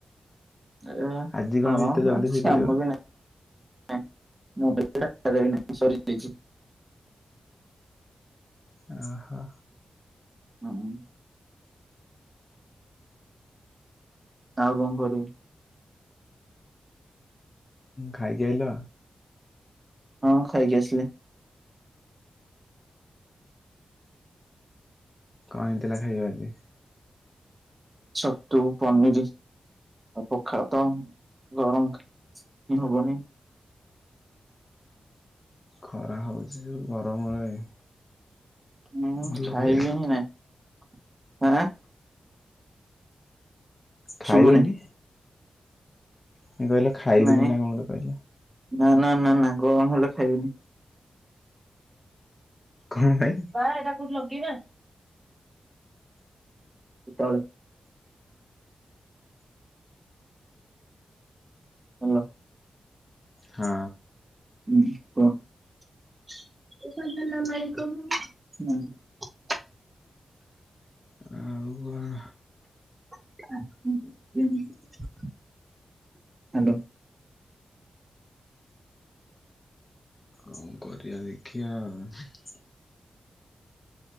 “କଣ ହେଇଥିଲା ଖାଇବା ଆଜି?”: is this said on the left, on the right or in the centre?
Left